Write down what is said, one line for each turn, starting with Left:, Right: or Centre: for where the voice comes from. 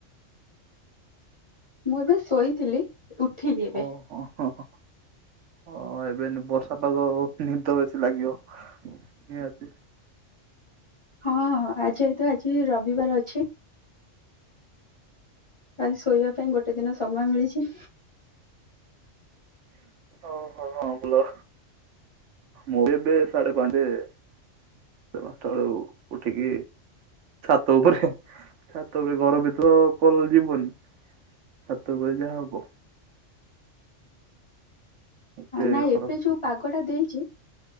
Left: ମୁଁ ଏବେ ଶୋଇଥିଲି ଉଠିଲି ଏବେ।
Right: ଓହୋ ହଁ ହଁ ଏବେନି ବର୍ଷା ପାଗ ନିଦ ବେଶୀ ଲାଗିବ ନିହାତି।
Left: ହଁଁ ଆଜି ତ ଆଜି ରବିବାର ଅଛି। ଆଲି ଶୋଇବା ପାଇଁ ଗୋଟେ ଦିନ ସମୟ ମିଳିଛି।
Right: ଓ ହୋ ହଁ ବୋଲ। ମୁବେ ସାଢ଼େ ପା ଉଠିିକି। ଛାତ ଉପରେ ଛାତ ଉପରେ ଘର ଭିତ କ ଯିବନି। ଛାତ ଉପରେ ଯାହା ହବ। ଏତେ
Left: ନାାଇଁ
Right: ଖରାପ
Left: ଏବେ ଯୋଉ ପାଗ ଟା ଦେଇଛି